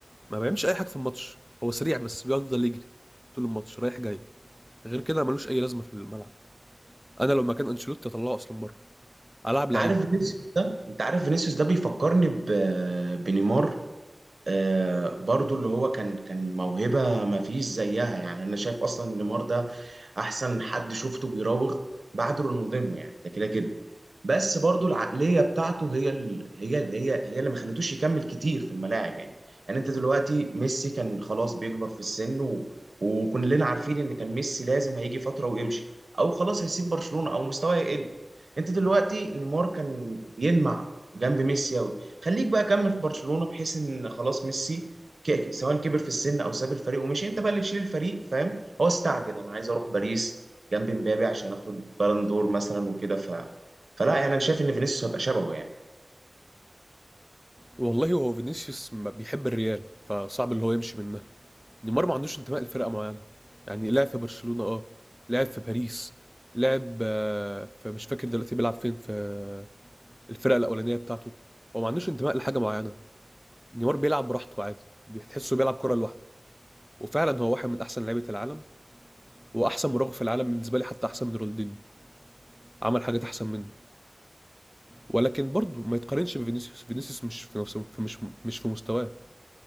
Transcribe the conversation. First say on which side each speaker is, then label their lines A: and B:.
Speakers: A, in the centre; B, on the right.
A: ما بيعملش اي حاجه في الماتش هو سريع بس بيفضل يجري طول الماتش رايح جاي غير كده ملوش اي لازمه في الملعب انا لو مكان انشيلوتي اطلعه اصلا بره العب
B: انت
A: لعيبه
B: عارف فينيسيوس ده انت عارف فينيسيوس ده بيفكرني ب... بنيمار آه برضو اللي هو كان كان موهبة ما فيش زيها يعني انا شايف اصلا إن نيمار ده احسن حد شفته بيراوغ بعد رونالدينو يعني ده كده كده بس برضو العقليه بتاعته هي ال... هي ال... هي هي اللي ما خلتوش يكمل كتير في الملاعب يعني يعني انت دلوقتي ميسي كان خلاص بيكبر في السن و... وكلنا عارفين ان كان ميسي لازم هيجي فتره ويمشي او خلاص هيسيب برشلونه او مستواه يقل انت دلوقتي نيمار كان بيلمع جنب ميسي قوي خليك بقى كمل في برشلونه بحيث ان خلاص ميسي ك- سواء كبر في السن او ساب الفريق ومشي انت بقى اللي تشيل الفريق فاهم هو استعجل انا عايز اروح باريس جنب مبابي عشان اخد بالون دور مثلا وكده فلا يعني انا شايف ان فينيسيوس هيبقى شبهه يعني
A: والله هو فينيسيوس ما بيحب الريال فصعب اللي هو يمشي منها نيمار ما عندوش انتماء لفرقة معينة يعني لعب في برشلونة اه لعب في باريس لعب آه، في مش فاكر دلوقتي بيلعب فين في آه، الفرقة الأولانية بتاعته هو ما عندوش انتماء لحاجة معينة نيمار بيلعب براحته عادي بتحسه بيلعب كرة لوحده وفعلا هو واحد من أحسن لعيبة العالم وأحسن مراوغ في العالم بالنسبة لي حتى أحسن من رونالدينيو عمل حاجات أحسن منه ولكن برضه ما يتقارنش بفينيسيوس فينيسيوس مش في نفسه في- مش مش في مستواه